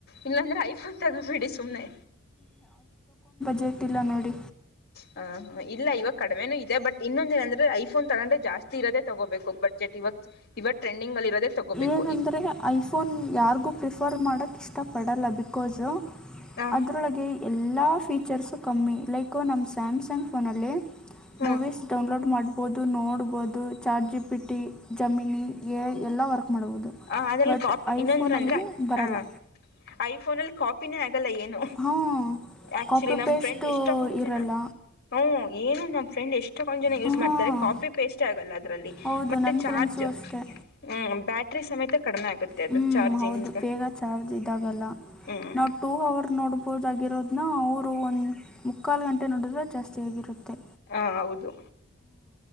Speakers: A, on the left; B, in the centre.
A: ಇಲ್ಲಾಂದ್ರೆ ಐಫೋನ್ ತಗೋಬಿಡಿ ಸುಮ್ಮ್ನೆ
B: ಗೇಟ್ಿಲ್ಲ ನೋಡಿ
A: ಹ ಹ ಇಲ್ಲ ಇವಾಗ ಕಡಿಮೆನುೂ ಇದೆ ಬಟ್ ಇನ್ನೊಂದ ಏನಂದ್ರೆ ಐಫೋನ್ ತಗೊಂಡ್ರ ಜಾಸ್ತಿ ಇರೋದ ತಗೋಬೇಕು ಬಡ್ಜೆಟ್ ಇವತ್ತು ಇವ ೆಂಡ ತಗೋಬೇಕು
B: ಏನಂದರೆ ಐಫೋನ್ ಯಾರಿಗೂ ಪ್ರಿಫರ್ ಮಾಡಕ ಇಷ್ಟಪಡಲ್ಲ ಬಿಕೋಸ್ು
A: ಹ
B: ಅದರೊಳಗೆ ಎಲ್ಲ ಫೀಚರ್ಸು ಕಮ್ಮಿ ಲೈಕು ನಮ್ಮ ಸ್ಯಾಮ್ಸಂಗ್ ಫೋನಲ್ಲಿ
A: ಹ್ಮ್
B: ಮೂವೀಸ್ ಡೌನ್ಲೋಡ್ ಮಾಡ್ಬೋದು ನೋಡ್ಬೋದು chat G P T Gemini ಎ ಎಲ್ಲ ವರ್ಕ್ ಮಾಡ್ಬೋದು
A: ಹ ಅದಲ್ಲಿ
B: ಬಟ್
A: ಕಾಪಿ
B: ಐಫೋನಲ್ಲಿ
A: ಇನ್ನೊಂದ್ರ ಅಂದ್ರೆ
B: ಬರಲ್ಲ
A: ಆ ಐಫೋನ ಅಲ್ಲಿ ಕಾಪಿ ತಪ್ಪಿನೇ ಆಗಲ್ಲ ಏನು
B: ಹಾಂ
A: ಆಕ್ಚುಲಿ
B: ಕಾಪಿ
A: ನಮ್
B: ಪೇಸ್ಟು
A: ಫ್ರೆಂಡ್ ಎಷ್ಟಕ್ಕಂ
B: ಇರಲ್ಲ
A: ಜನಾ ಹ ಏನು ನ್ ಫ್ರೆಂಡ್ ಎಷ್ಟಕ್ಕಂದ್ ಜನ ಯೂಸ್
B: ಹಾಂ
A: ಮಾಡ್ತಾರೆ ಕಾಪಿ ಪೇಸ್ಟ್ ಆಗಲ್ಲ ಅದ್ರಲ್ಲಿ
B: ಹೌದು
A: ಮತ್ತೆ
B: ನನ್ನ
A: ಚಾರ್
B: ಫ್ರೆಂಡ್ಸು
A: ಹ್ಮ್
B: ಅಷ್ಟೇ
A: ಬ್ಯಾಟ್ರಿ ಸಮೇತ ಕಡಿಮೆ ಆಗುತ್ತೆ
B: ಹ್ಞೂ
A: ಅದು ಚಾರ್ಜಿಂಗ್
B: ಹೌದು ಬೇಗ ಚಾರ್ಜ್ ಇದಾಗಲ್ಲ
A: ಹ್ಮ್
B: ನಾವು ಟೂ ಅವರ್ ನೋಡಬಹದಾಗಿರೋದನ ಅವರು ಒಂದು ಮುಕ್ಕಾಲು ಗಂಟೆ ನೋಡಿದ್ರೆ ಜಾಸ್ತಿಯಾಗಿರುತ್ತೆ
A: ಹಾ ಹೌದು